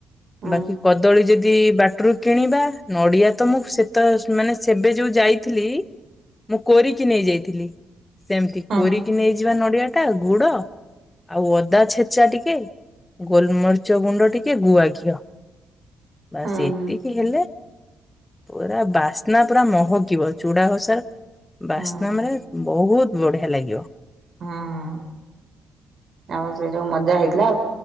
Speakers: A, on the right; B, on the left.
A: ହୁଁ
B: ବାକି କଦଳୀ ଯଦି ଟି ବାଟରୁ କିଣିବା, ନଡିଆ ତ ମୁଁ ସେତ ମାନେ ସେବେ ଯୋଉ ଯାଇଥିଲି ମୁଁ କୋରିକି ନେଇଯାଇଥିଲି। ସେମିତି
A: ହୁଁ
B: କୋରିକି ନେଇଯିବା ନଡ଼ିଆ ଟା ଗୁଡ ଆଉ ଅଦା ଛେଚା ଟିକେ, ଗୋଲମରିଚ ଗୁଣ୍ଡ ଟିକେ, ଗୁଆ ଘିଅ। ବାସ୍
A: ହୁଁ
B: ଏତିକି ହେଲେ, ପୁରା ବାସ୍ନା ପୁରା ମହକିବ। ଚୁଡା ଘସା ବାସ୍ନା
A: ହୁଁ
B: ମାନେ ବହୁତ ବଢିଆ ଲାଗିବ।
A: ହୁଁ। ଆଉ ସେ ଯୋଉ ମଜା ହେଇଥିଲା,